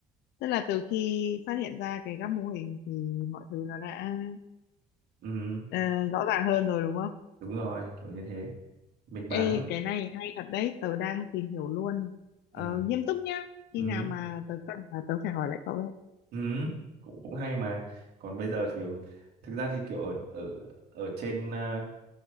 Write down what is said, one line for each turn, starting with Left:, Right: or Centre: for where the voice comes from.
Left: tức là từ khi phát hiện ra cái các mô hình thì mọi thứ nó đã
Right: ừ
Left: ờ, rõ ràng hơn rồi đúng không?
Right: đúng rồi kiểu như thế mình
Left: Ê
Right: bán
Left: cái này hay thật đấy, tớ đang tìm hiểu luôn. Ờ,
Right: ừ
Left: nghiêm túc nhá. Khi
Right: ừ
Left: nào mà tớ cần là tớ phải hỏi lại cậu đấy.
Right: ừ cũng cũng hay mà còn bây giờ thì thực ra thì kiểu ở ở ở trên ờ,